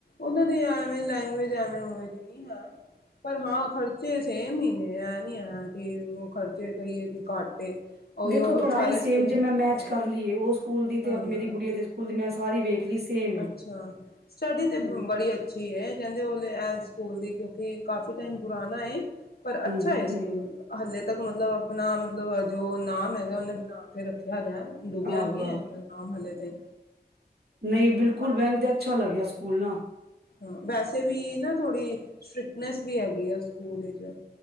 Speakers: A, on the left; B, on the right.
A: ਔਨਾਂ ਦੀ ਐਵੇਂ ਲੈਂਗੁਏਜ, ਐਵੇਂ ਉਵੇ ਦੀ ਨੀ ਹੈ। ਪਰ ਹਾਂ ਖਰਚੇ ਸੇਮ ਹੀ। <inaudible> ਤੇ ਐ ਨੀ, <inaudible> ਹੈ ਕਿ ਉਹ ਖਰਚੇ ਕਹੀਏ ਕਿ ਘਾੱਟ ਏ। ਉਹੀਓ
B: ਦੇਖੋ, ਪੜ੍ਹਾਈ
A: ਸਾਰਾ
B: ਸੇਮ
A: ਸਕੂਲ
B: ਜੇ ਮੈਂ ਮੈਚ
A: ਹਾਂ
B: ਕਰ ਲੀਏ, ਓਹ ਸਕੂਲ ਦੀ ਤੇ
A: ਹਾਂ
B: ਅਪ ਮੇਰੀ ਗੁੜੀਆਂ ਦੇ ਸਕੂਲ ਦੀ, ਮੈਂ ਸਾਰੀ ਵੇਖ ਲਈ ਸੇਮ ਹੈ
A: ਅੱਛਾ, ਸਟੱਡੀ ਤੇ
B: ਹਮ
A: ਬੜੀ ਅੱਛੀ ਏ। ਕੈੰਦੇ ਓਲੇ ਐ ਸਕੂਲ ਦੀ, ਕਿਉਂਕਿ ਕਾਫੀ ਟਾਈਮ ਪੁਰਾਣਾ ਏ, ਪਰ ਅੱਛਾ
B: ਹਮ ਹਮ
A: ਏ
B: ਹਮ
A: ਸਕੂਲ। ਹਲੇ ਤੱਕ ਮਤਲਬ, ਅਪਣਾ ਮਤਲਬ ਜੋ ਨਾਮ ਹੈਗ, ਓਨੇ ਬਣਾ ਕੇ ਰੱਖਿਆ ਵੈ, ਡੁੱਬਿਆ
B: ਆਹੋ
A: ਨਹੀਂ
B: ਆਹੋ
A: ਹੈ ਹਲੇ ਤ ਨਾਮ ਹਲੇ ਤੇ।
B: ਨਹੀਂ ਬਿਲਕੁਲ
A: ਬਾ
B: ਮੈਨੂੰ ਤੇ ਅੱਛਾ ਲੱਗਿਆ ਸਕੂਲ ਨਾ।
A: ਹਾਂ, ਵੈਸੇ ਵੀ ਨਾ, ਥੋੜ੍ਹੀ ਸਟ੍ਰਿਕਟਨੈਸ ਵੀ ਹੈਗੀ ਏ। ਓਸ ਸਕੂਲ ਵਿੱਚ।